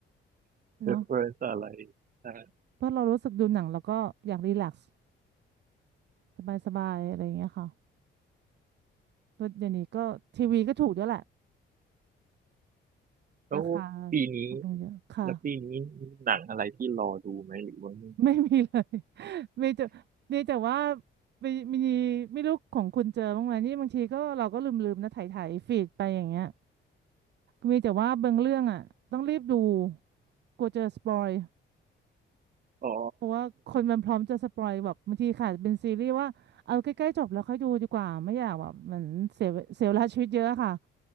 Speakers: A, on the right; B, on the right.
A: เนาะ
B: reference อะไรใช่
A: เพราะเรารู้สึกดูหนังแล้วก็อยากรีแลกซ์สบายสบายอะไรอย่างเงี้ยค่ะเพราะเดี๋ยวนี้ก็ทีวีก็ถูกด้วยแหละ
B: แล้วปีนี้
A: ราคาถูกลงเยอะค่ะ
B: แล้วปีนี้มีหนังอะไรที่รอดูไหมหรือว่าไม่
A: <laughs> ไม่มีเลย <laughs> มีแต่ดีแต่ว่ามีมีไม่รู้ของคุณเจอบ้างไหมนี่บางทีก็เราก็ลืมๆนะถ่ายถ่ายฟีดไปอย่างเงี้ยมีแต่ว่าบางเรื่องอ่ะต้องรีบดูกลัวเจอสปอย
B: อ๋อ
A: เพราะว่าคนมันพร้อมจะสปอยแบบบางทีค่ะเป็นซีรีส์ว่าเอาใกล้ๆจบแล้วค่อยดูดีกว่าไม่อยากแบบเหมันเสียเสียเวลาชีวิตเยอะอะค่ะ